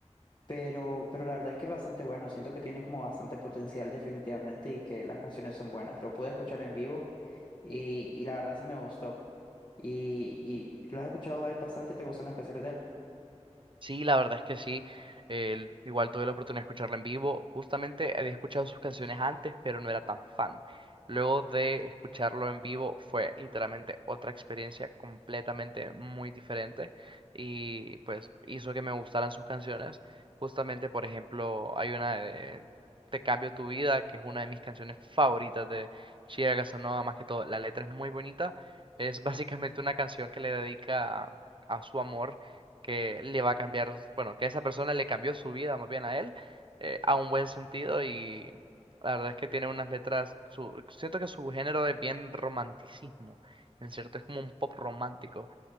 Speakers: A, on the left; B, on the right.
A: pero, pero la verdad es que es bastante bueno, siento que tiene como bastante potencial definitivamente y que las canciones son buenas. Lo pude escuchar en vivo y, y la verdad sí me gustó. ¿Y, y lo has escuchado a él bastante? ¿Te gustan las canciones de él?
B: Sí, la verdad es que sí. El- igual tuve la oportunidad de escucharla en vivo. Justamente había escuchado sus canciones antes, pero no era tan fan. Luego de escucharlo en vivo fue literalmente otra experiencia completamente muy diferente y pues hizo que me gustaran sus canciones. Justamente, por ejemplo, hay una de Te cambio tu vida, que es una de mis canciones favoritas de Chiara Casanova, más que todo. La letra es muy bonita. Es básicamente una canción que le dedica a a su amor que le va a cambiar, bueno, que esa persona le cambió su vida más bien a él, eh, a un buen sentido y la verdad es que tiene unas letras, su, siento que su género es bien romanticismo, en cierto, es como un pop romántico,